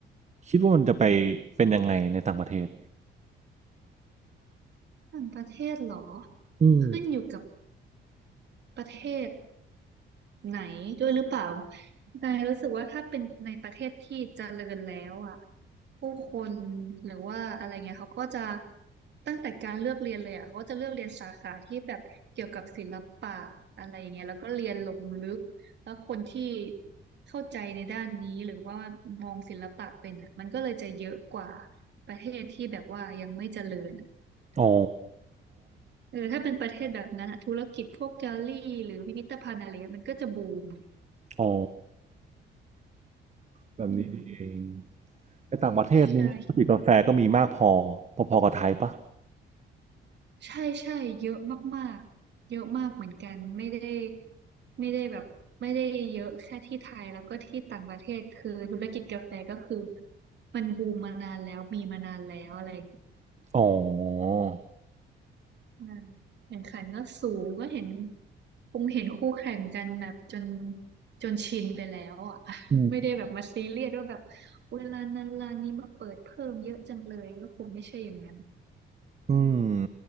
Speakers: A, on the right (about 35°); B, on the right (about 60°).
A: คิดว่ามันจะไปเป็นยังไงในต่างประเทศ
B: ต่างประเทศเหรอ
A: อืม
B: ขึ้นอยู่กับประเทศ ไหนด้วยหรือเปล่านายรู้สึกว่าถ้าเป็นในประเทศที่เจริญแล้วอ่ะผู้คนหรือว่าอะไรเงี้ยเขาก็จะตั้งแต่การเลือกเรียนเลยอ่ะเขาก็จะเลือกเรียนสาขาที่แบบเกี่ยวกับศิลปะอะไรอย่างเงี้ยแล้วก็เรียนลงลึกแล้วคนที่เข้าใจในด้านนี้หรือว่ามองศิลปะเป็นอ่ะมันก็เลยจะเยอะกว่าประเทศที่แบบว่ายังไม่เจริญอ
A: อ๋อ
B: เออถ้าเป็นประเทศแบบนั้นอ่ะธุรกิจพวกแกลลี่หรือพิพิธภัณฑ์อะไรเงี้ยมันก็จะบูม
A: อ๋อแบบนี้นี่เอง
B: อืม
A: แต่ต่างประเทศนี้ธุรกิจกาแฟก็มีมากพอ
B: ใช่
A: พอๆกับไทยปะ
B: ใช่ ใช่ เยอะมากๆเยอะมากเหมือนกัน ไม่ได้ไม่ได้แบบไม่ได้เยอะแค่ที่ไทยแล้วก็ที่ต่างประเทศคือธุรกิจกาแฟก็คือมันบูมมานานแล้วมีมานานแล้วอะไรอย่างเงี้ย
A: อ๋อ
B: อืมแข่งขันก็สูงก็เห็นคงเห็นคู่แข่งกันแบบจนจนชินไปแล้วอ่ะ <laughs>
A: อืม
B: ไม่ได้แบบมาซีเรียสว่าแบบเวลานั้นร้านนี้มาเปิดเพิ่มเยอะจังเลยก็คงไม่ใช่อย่างนั้น
A: อืม